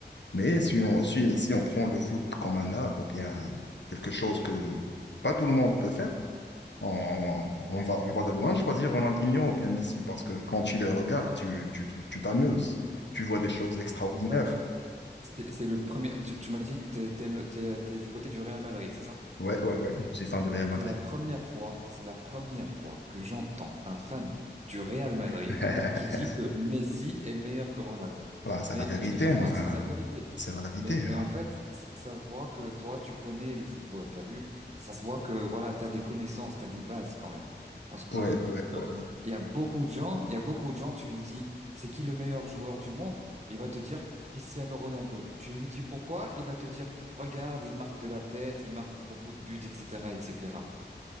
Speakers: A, on the left; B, on the right.
A: Mais si on, si, si on prend le foot comme un art ou bien quelque chose que pas tout le monde peut faire, on, on va, on va de loin choisir Ronaldinho ou bien Messi parce que quand tu les regardes, tu, tu, tu tu t'amuses. Tu vois des choses extraordinaires.
B: en fait, c'est c'est le premier. Tu, tu m'as dit que t'es, t'es, t'es, t'es du côté du Real Madrid, c'est ça?
A: Ouais, ouais, ouais. Je suis fan du Real Madrid.
B: C'est la première fois, c'est la première fois que j'entends un fan du Real Madrid
A: <laughs>
B: qui dit que Messi est meilleur que Ronaldo.
A: Voilà, c'est
B: Mais
A: la vérité,
B: mais je te cache
A: enfin,
B: pas, c'est la vérité.
A: c'est la vérité.
B: Mais, mais
A: hein.
B: en fait, ça, ça se voit que toi, tu connais le football, t'as vu? Ça se voit que, voilà, t'as des connaissances, t'as des bases quand même. Parce que,
A: Ouais, ouais, ouais.
B: euh, il y a beaucoup de gens, il y a beaucoup de gens, tu lui dis, c'est qui le meilleur joueur du monde? Il va te dire Cristiano Ronaldo. Tu lui dis pourquoi? Il va te dire, regarde, il marque de la tête, il marque beaucoup de buts, etc., etc.